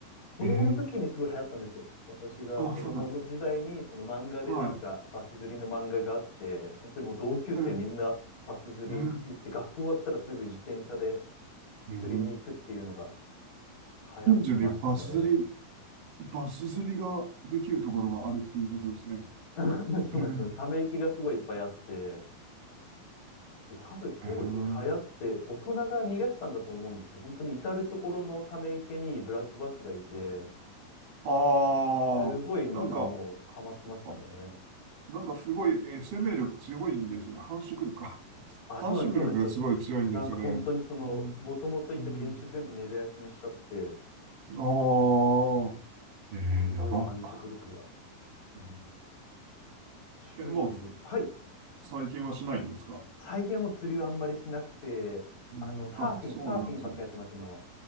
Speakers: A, on the left; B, on the right.
A: 子供の時にすごい流行ったんですよ。
B: えー。
A: 私が子供の時代にその漫画でなんかバス釣りの漫画があって、
B: あ、そうなん。は
A: 本当にもう同級生みんなバス釣り行って、
B: い。ええね
A: 学校終わったらすぐ自転車で
B: えうん
A: 釣りに行くっていうのが流行ってましたね。
B: 近所にバス釣り、バス釣りができるところがあるっていうことですね。
A: <laughs> そうなんですね。
B: えー、
A: ため息がすごいいっぱいあって、で、多分当時流行って大人が逃がしたんだと思うんですよ。
B: はい。ええ
A: 本当に至る所のため池にブラックバスがいて、
B: ああ、
A: すごいみんなもうハマってましたね。
B: なんか、あ、なんかすごい、えー生命力強いんですよね。繁殖力か。<laughs>
A: あ、
B: 繁殖力がすごい強いんですよね。
A: そうなんです、そうなんですよ。なんか本当にその、
B: うん、
A: もともといた原種全部根絶やしにしちゃって、
B: うん。ああ、えー、
A: すごい繁殖力が。
B: やば。うんえ、
A: 趣味です。
B: もう、
A: はい。
B: 最近はしないんですか
A: 最近はもう釣りはあんまりしなくて、
B: うん、
A: あの、サーフィン、
B: あ、そうなんですよ。
A: サーフィンばっかやってます、今は。